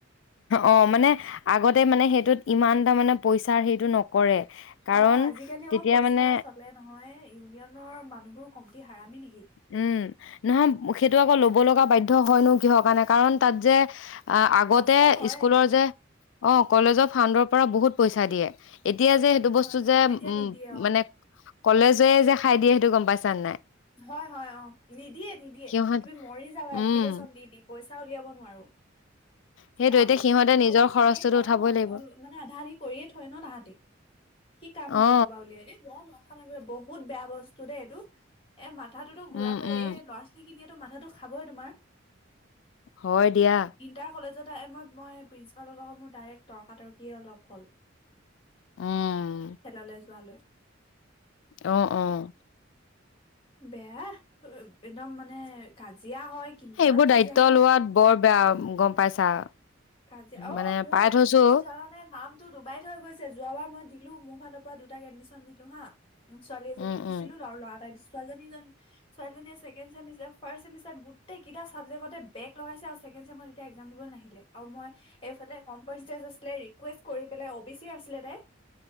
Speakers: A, on the left; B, on the left.
A: অ মানে আগতে মানে সেইটোত ইমান টা মানে পইচাৰ সেইটো নকৰে কাৰণ
B: অ আজিকালি
A: তেতিয়া
B: আকৌ পইচা
A: মানে
B: চলে নহয় ইউনিয়নৰ মানুহবোৰ কমতি হাৰমি নেকি?
A: উম নহয় সেইটো আকৌ ল'ব লগা বাধ্য হয়নো কিহৰ কাৰণে কাৰণ তাত যে- আঁহ আগতে
B: কষ্ট হয়
A: স্কুলৰ
B: আৰু
A: যে অ কলেজৰ ফাণ্ডৰ পৰা বহুত পইচা দিয়ে। এতিয়া যে সেইটো বস্তু
B: হয়
A: যে
B: অ এতিয়া
A: উম
B: নিদিয়ে অ
A: মানে কলেজে যে খাই দিয়ে সেইটো গম পাইছা নাই
B: হয় হয় অঁহ নিদিয়ে নিদিয়ে
A: সিহঁত
B: তুমি মৰি যাবা
A: উম
B: এপ্লিকেচন দি দি পইছা, উলিয়াব নোৱাৰো
A: সেইটো
B: কাম
A: এতিয়া সিহঁতে
B: হাতত
A: নিজৰ
B: ল'বই
A: খৰচটোতো
B: নিদিয়ে কাম
A: উঠাবই লাগিব
B: অ মানে আধা আধি কৰিয়ে থয় ন তাহাঁতি কি কাম
A: অ
B: হাতত ল'বা উলিয়াই বৰ মাথা মাৰিব বহুত বেয়া বস্তু, এই টো দে এইটো এ মাত তাহাঁতে তো ঘূৰাইব
A: উম
B: এই
A: উম
B: ল'ৰা ছোৱালী খিনিয়ে, মাথাটো খাবই তোমাৰ
A: হয় দিয়া
B: ইণ্টাৰ কলেজৰ টাইমত মই প্ৰিঞ্চিপাল ৰ লগত মোৰ ডাইৰেক্ট তৰ্কাতৰ্কি অলপ হ'ল।
A: উম
B: খেললে যোৱালৈ
A: অহ অহ
B: বেয়া একদম মানে কাজিয়া হয় কিমান
A: এইবোৰ
B: কাজিয়া
A: দায়িত্ব
B: হয়
A: লোৱাত বৰ- বেয়া গম পাইছা,
B: কাজিয়া অ
A: মানে
B: মোৰ
A: পাই থৈছো
B: মোৰ জানানে নামটো ডুবাইত হৈ গৈছে যোৱাবাৰ মই দিলো মোক ফালৰ পৰা দুটাক এডমিশন দিলো হা। উম ছোৱালী এজনীক
A: উম
B: দিছিলো
A: উম
B: আৰু ল'ৰা এটাক দিছিলো। ছোৱীজনীজনী ছোৱালীজনীয়ে ছেকেণ্ড ছেমিষ্টাৰ ফাৰ্ষ্ট চেমিষ্টাৰ গোটেইকেইটা চাবজেক্টতে বেক লগাইছে আৰু ছেকেণ্ড ছেমিষ্টাৰ একযাম দিব নাহিলে। আৰু মই এইফালে কমপাৰজেজ আছিলে ৰিকুৱেষ্ট কৰি পেলাই অ বি চি আছিলে তাই,